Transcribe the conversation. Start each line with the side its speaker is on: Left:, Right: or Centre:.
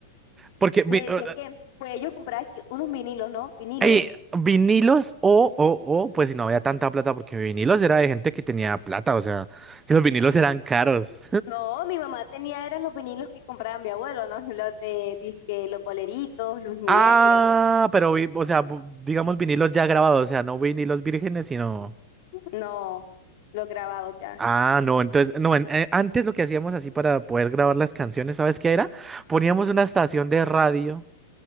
Right: Porque vi-
Left: Me decían
Right: eh,
Left: que, pues ellos compraban que unos vinilos, ¿no? Vinilos.
Right: eh, vinilos o, o, o, pues si no había tanta plata, porque vinilos era de gente que tenía plata, o sea, que los vinilos eran caros.
Left: No, mi mamá tenía, eran los vinilos que compraba mi abuelo, ¿no? <laughs> Los de, disque, los boleritos, Luis Miguel
Right: Ah,
Left: y eso,
Right: pero vi, o sea, bu- digamos vinilos ya grabados, o sea, no vinilos vírgenes, sino.
Left: ¿no? No, los grabados ya.
Right: Ah, no, entonces, no, en- eh, antes lo que hacíamos así para poder grabar las canciones, ¿sabes qué era? Poníamos una estación de radio